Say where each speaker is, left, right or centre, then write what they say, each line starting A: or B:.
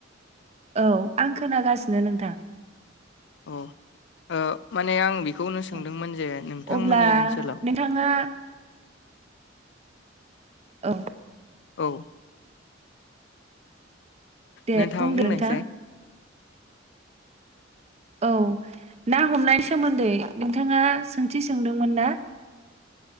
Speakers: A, on the right; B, on the left.
A: औ आं खोनागासिनो नोंथां
B: अ ओ माने आं बे बेखौनो सोंदोंमोन
A: औ
B: जे नोंथांमोननि
A: अब्ला
B: ओनसोलाव
A: नोंथाङा औ
B: औ
A: दे
B: नोंथाङा
A: बुंदो
B: बुंनायसाय
A: नोंथां औ ना हमनाय सोमोन्दै नोंथाङा सोंथि सोंदोंमोन ना?